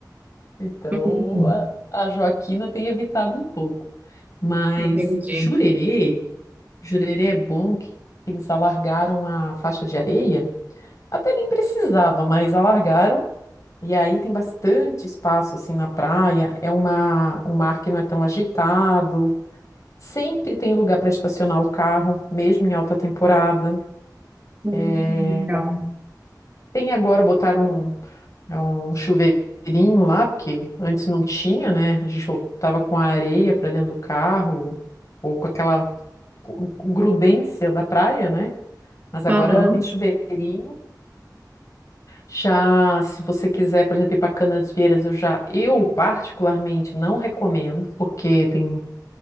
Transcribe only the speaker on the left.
Então,
a, a Joaquina tem evitado um pouco. Mas
Jurerê, Jurerê é bom que eles alargaram a faixa de areia. Até nem precisava, mas alargaram. E aí tem bastante espaço assim na praia. É uma, um mar que não é tão agitado. Sempre tem lugar para estacionar o carro, mesmo em alta temporada.
É,
Tem agora botar um, é um chuveirinho lá, porque antes não tinha, né? A gente voltava com a areia para dentro do carro, ou com aquela cu- grudência da praia, né? Mas agora
tem chuveirinho. Já, se você quiser, por exemplo, ir para Canasvieiras, eu já, eu particularmente não recomendo, porque tem